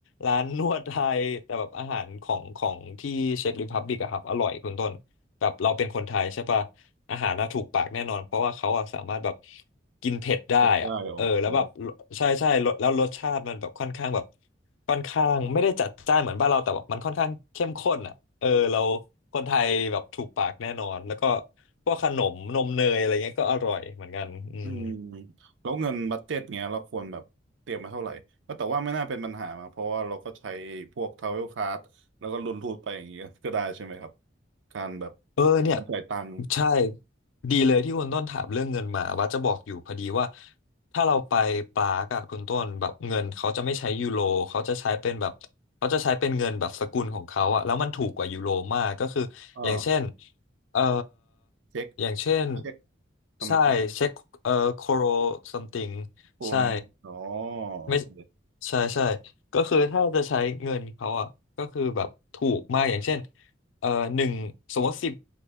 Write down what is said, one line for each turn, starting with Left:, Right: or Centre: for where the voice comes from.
Left: ร้านนวดไทยแต่แบบอาหารของของที่เช็กริพับบิกอะครับอร่อยคุณต้นแบบเราเป็นคนไทยใช่ปะอาหารน่าถูกปากแน่นอนเพราะว่าเขาอะสามารถแบบกินเผ็ดได้อะเออแล้วแบบ
Right: เก็บได้อ๋อโห
Left: ใช่ใช่แล้วรสชาติมันแบบค่อนข้างแบบ ค่อนข้างไม่ได้จัดจ้านเหมือนบ้านเราแต่แบบมันค่อนข้างเข้มข้นอ่ะเออเราคนไทยแบบถูกปากแน่นอนแล้วก็พวกขนมนมเนยอะไรเงี้ยก็อร่อยเหมือนกันอืม
Right: อืมแล้วเงินบัดเจ็ตเงี้ยเราควรแบบเตรียมมาเท่าไหร่ก็แต่ว่าไม่น่าเป็นปัญหามาเพราะว่าเราก็ใช้พวกทราเวลการ์ดแล้วก็รุนรูดไปอย่างเงี้ยก็ได้ใช่ไหมครับการแบบ
Left: เออเนี่ย
Right: การจ่ายตังค์
Left: ใช่ดีเลยที่คุณต้นถามเรื่องเงินมาว่าจะบอกอยู่พอดีว่าถ้าเราไปปรากอะคุณต้นแบบเงินเขาจะไม่ใช้ยูโรเขาจะใช้เป็นแบบเขาจะใช้เป็นเงินแบบสกุลของเขาอะแล้วมันถูกกว่ายูโรมากก็คืออย่างเช่น
Right: อ่า
Left: เอ่อ
Right: เช็ค
Left: อย่างเช่น
Right: เช็คทำกิน
Left: ใช่เช็คเอ่อโคโร something
Right: โกนอ๋อ
Left: ใช่
Right: โอเค
Left: ไม่ใช่ใช่ก็คือถ้าจะใช้เงินเขาอ่ะก็คือแบบถูกมากอย่างเช่นเอ่อหนึ่งสมมติสิบ